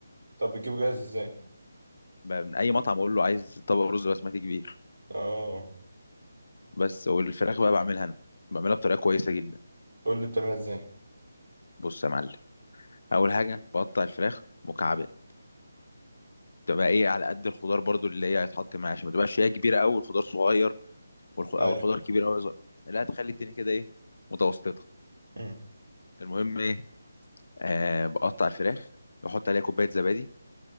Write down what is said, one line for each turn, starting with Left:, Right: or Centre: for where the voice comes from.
Right: طب بتجيبه جاهز ازاي
Left: بقى من اي مطعم اقول له عايز طبق رز بسمتي كبير
Right: اه
Left: بس والفراخ بقى بعملها انا بعملها بطريقه كويسه جدا
Right: قول لي بتعملها ازاي
Left: بص يا معلم اول حاجه بقطع الفراخ مكعبات تبقى ايه على قد الخضار برضو اللي هي هيتحط معاها عشان ما تبقاش هي كبيره قوي والخضار صغير والخ... او
Right: ايوه
Left: الخضار كبير قوي صغير لا تخلي الدنيا كده ايه متوسطه
Right: امم
Left: المهم ايه آه بقطع الفراخ واحط عليها كوبايه زبادي